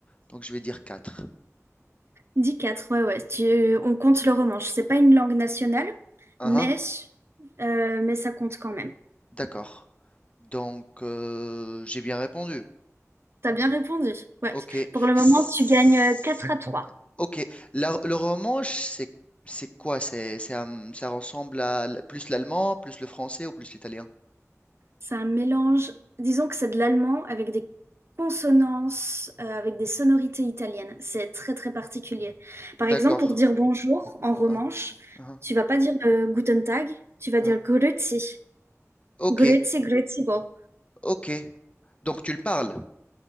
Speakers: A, on the left; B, on the right.
A: Donc je vais dire quatre.
B: Dix quatre. ouais, ouais. Tu- on compte le romanche. C'est pas une langue nationale,
A: Hein,
B: mais,
A: hein,
B: euh, mais ça compte quand même.
A: d'accord. Donc heu, j'ai bien répondu.
B: T'as bien répondu. Ouais.
A: OK.
B: Pour le moment,
A: S
B: tu gagnes euh, 4 à trois.
A: OK, la le romanche, c'est c'est quoi? C'est c'est un ça ressemble à l plus l'allemand, plus le français ou plus l'italien?
B: C'est un mélange, disons que c'est de l'allemand avec des consonances, euh, avec des sonorités italiennes. C'est très, très particulier. Par
A: D'accord.
B: exemple, pour dire bonjour en romanche,
A: Hein, hein,
B: tu vas pas dire euh, Guten Tag, tu vas
A: hein,
B: dire
A: hein.
B: Grüezi.
A: OK,
B: Grüezi, Grüezi, bon.
A: OK. Donc tu le parles,